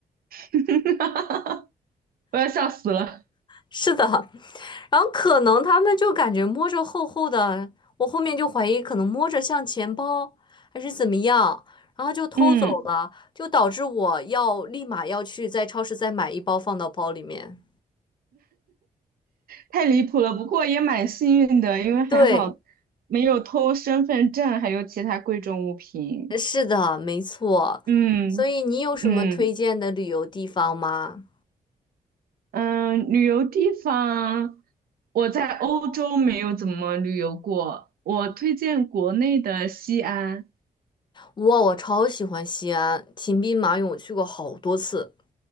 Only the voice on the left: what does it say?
是的，然后可能他们就感觉摸着厚厚的，我后面就怀疑可能摸着像钱包还是怎么样，然后就偷走了，
就导致我要立马要去在超市再买一包放到包里面。
对，
是的，没错。
所以你有什么推荐的旅游地方吗？
哇，我超喜欢西安，秦兵马俑我去过好多次。